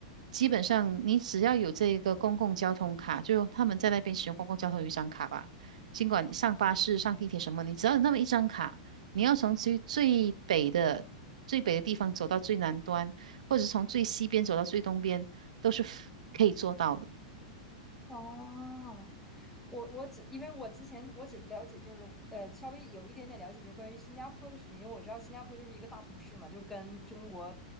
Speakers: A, on the right; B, in the centre.
A: 基本上你只要有这个公共交通卡，就他们在那边使用公共交通有一张卡吧，尽管你上巴士、
B: 嗯，
A: 上地铁什么，你只要有那么一张卡，你要从最最北的最北的地方走到最南端，或者是从最西边走到最东边，都是可以做到的。
B: 哦，我我只因为我之前我只了解就是呃稍微有一点点了解，就关于新加坡的事情，因为我知道新加坡就是一个大都市嘛，就跟中国